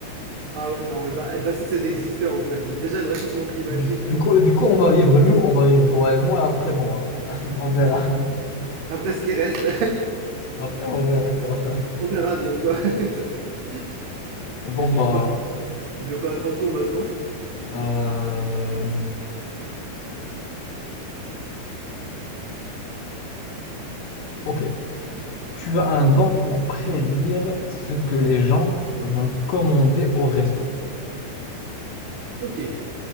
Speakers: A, on the right; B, on the left.
A: Ah ouais, non, elle va, elle va cesser d'exister en fait. Déjà, le réchauffement climatique,
B: Du, du
A: t'as-
B: coup, du coup, on va vivre nous, on va vivre toi et moi. Après, bon, euh, <laughs> on verra.
A: après ce qui reste,
B: Après, on verra quoi.
A: <laughs> on verra bien quoi. <laughs>
B: Bon,
A: Et du
B: bah.
A: coup, du coup, à ton tour maintenant.
B: euh, Ok. Tu as un don pour prédire ce que les gens vont commander au resto.
A: Ok.